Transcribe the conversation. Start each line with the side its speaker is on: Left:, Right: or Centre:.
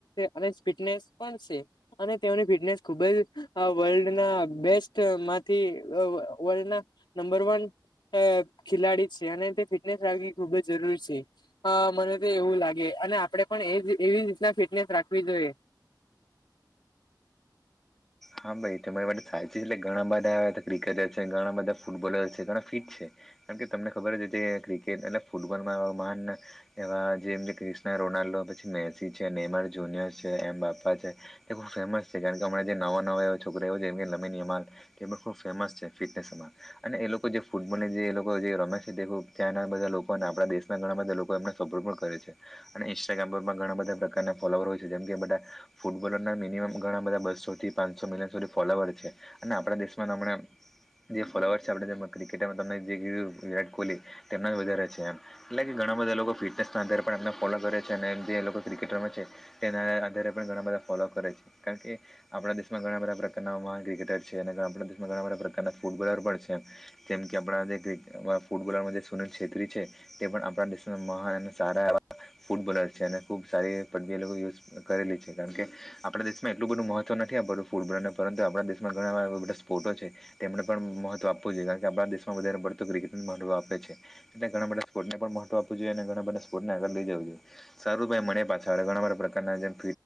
Left: અને ફિટનેસ પણ છે અને તેની ફિટનેસ ખુબ જ વલ્ડ ના બેસ્ટ માંથી વલ્ ના નંબર વન અ ખેલાડી છે અને તે ફિટનેસ રાખવી ખુબ જ જરૂરી છે અ મને તો એવું લાગે. અને આપડે પણ એ એવી રીતના ફિટનેસ રાખવી જોઈએ. <inaudible>
Centre: હા ભાઈ તો મારી માટે સાચી એટલે ઘણા બધા ક્રિકેટર છે ઘણા બધા ફૂટબોલર છે ઘણા ફિટ છે. કારમ કે તમને ખબર જ જે ક્રિકેટ એટ ફૂટબોલમાં એવા મહાન એવા જેમ ક્રિ્ના રોનાલ્ડ મેસી છે નેર જુનિર છે એમ બાપા છે ખુબ ફેમસ છે કારણ કેમણા જે નવા નવો એવો છોકરો જેમની ફેમસ છે ફિટનેસ માં અને એ લોકો જે ફૂટબોલ જે એ લોકો જે રમે છે તે ખૂબ ત્યાંના બધા લોકો અને આપણા દેશના ઘણા બધા લોકો એને સપોર્ટ હો પણ કરે છે અને ઇન્સ્ટાગ્રામ પરમાં ઘણા બધા પ્રકારના ફોલોવર હોય છે જેમ કે બધા ફૂટબોલરના મિનિમમ ઘણા બધા બસોથી પાંચસો મિલિયન સુધી ફોલોવર છે અને આપણા દેશમાં તમં જે ફોલોવર છે આપ જે ક્રિકેટમાં તમ જે કી વિરાટ કોહલી તેમના વધારે છે એમ એટલે કે ઘણા બધા લોકો ફિટનેસના આધારે પણ એમને ફોલો કરે છે અને એમ જે એ લોકો ક્રિકેટ રમે છે તેના આધારે પણ ઘણા બધા ફોલો કરે છે કારણ કે આપણા દેશમાં ઘણા બધા પ્રકારના ક્રિકેટર છે અને આપણા દેશમાં ઘણા બધા પ્રકારના ફૂટબોલર પણ છે તેમ કે આપણા જે કિક ફૂટબોલરમાં જે સુનીલ છેત્રી છે તે પણ આપણા દેશના મહાન અને સારા એવા ફૂટબોલર્સ છે અને ખૂબ સારી પદવી એ લોકો યુઝ કરેલી છે કારણ કે આપણા દેશમાં એટલું બધું મહત્વ તો નથી આપડતું ફૂટબોલને પરંતુ આપણા દેશમાં ઘણા એવા એવા બધા સ્પોર્ટો છે તેમને પણ મહત્વ આપવું જોઈએ કારણ કે આપણા દેશમાં વધારેતું ક્રિકેટ મહત્વ આપે છે તે થી ઘણા બધા સ્પોર્ટને પણ મહત્વ આપ જોએ ઘણા બધા સ્પોર્ટ ને આગળ લઈ જાઉં જોયે સારુ ભાઈ મળીયે પાછા અને ગણો બધો પ્રકારના જેમ